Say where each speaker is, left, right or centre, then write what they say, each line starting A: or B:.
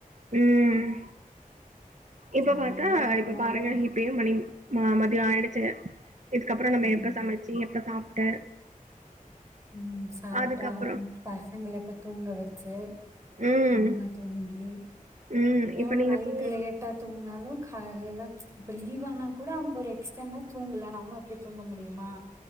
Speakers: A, on the right; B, on the right.
A: ம் இப்போ
B: அதே
A: பாத்தா
B: ஒரு
A: இப்ப
B: வேலை
A: பாருங்க இப்பே மணி மதியோ ஆயிடுச்சிங்க இதுக்கப்பறோ நம்ம
B: ம்
A: எப்ப சமைச்சி எப்ப சாப்ட்டு
B: ம் சாப்ட்டா
A: அதுக்கப்புறம்
B: அவங் பசங்கள எப்ப தூங்க வச்சி
A: ம்.
B: நம்ம தூங்கி
A: ம்.
B: இவங்க
A: இப்ப நீங்க
B: நைட்
A: தூங்க
B: லேட்டா தூங்கினாலோ காலையில இப்ப லீவ் ஆனா கூட அவங்க ஒரு இஷ்டோ இருந்தா தூங்கலா நம்ம அப்டி தூங்க முடியுமா